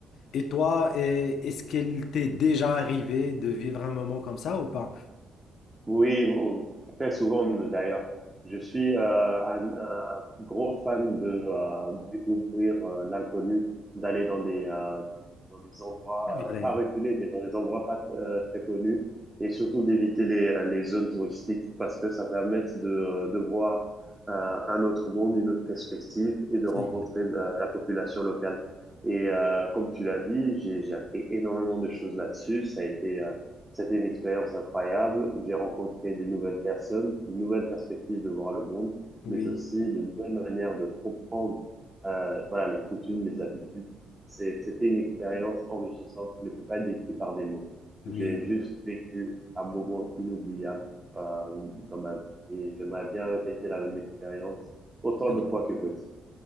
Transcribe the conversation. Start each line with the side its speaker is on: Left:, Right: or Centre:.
Left: Et toi, euh, est-ce qu'il t'est déjà arrivé de vivre un moment comme ça ou pas?
Right: Oui, bon, très souvent d'ailleurs. Je suis euh, un, un- un gros fan de euh, découvrir euh, l'inconnu, d'aller dans des, euh, dans des endroits
Left: C'est vrai,
Right: euh, pas reculés, mais dans des endroits pas euh, très connus, et surtout d'éviter les, euh, les zones touristiques parce que ça permet de, euh, de voir euh, un autre monde, une autre perspective et de
Left: c'est
Right: rencontrer
Left: vrai.
Right: la, la population locale. Et euh, comme tu l'as dit, j'ai, j'ai appris énormément de choses là-dessus. Ça a été euh, c'était une expérience incroyable. J'ai rencontré des nouvelles personnes, de nouvelles perspectives de voir le monde,
Left: Oui,
Right: mais aussi de nouvelles manières de comprendre euh, voilà, les coutumes, les habitudes. C'est- C'était une expérience enrichissante qui ne peut pas être décrite par des mots.
Left: oui,
Right: J'ai juste vécu un moment inoubliable euh, dans ma vie et j'aimerais bien répéter la même expérience autant
Left: c'est
Right: de
Left: vrai.
Right: fois que possible.